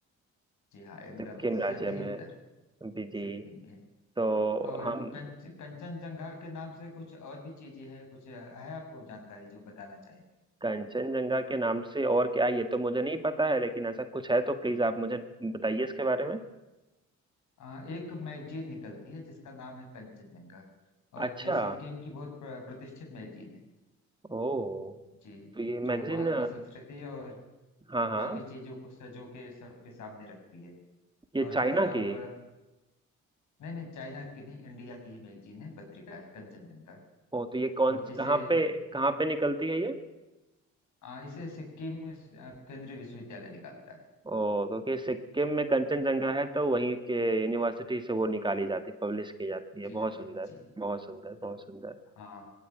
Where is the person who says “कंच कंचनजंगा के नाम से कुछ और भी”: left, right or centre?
Left